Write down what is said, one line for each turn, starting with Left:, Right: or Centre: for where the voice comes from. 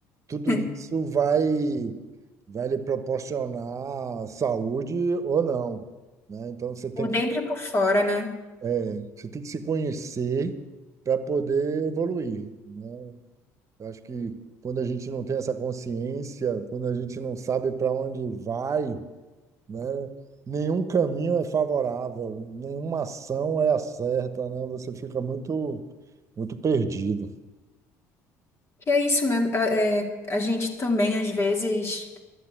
Right: tudo
Left: <laughs>
Right: isso vai vai lhe proporcionar saúde ou não, né? Então você tem
Left: por
Right: que
Left: dentro e por fora, né?
Right: é, você tem que se conhecer para poder evoluir, né? Eu acho que quando a gente não tem essa consciência, quando a gente não sabe para onde vai, né? Nenhum caminho é favorável, nenhuma ação é a certa, né? Você fica muito, muito perdido.
Left: que é isso, né? A, é, a gente também, às vezes,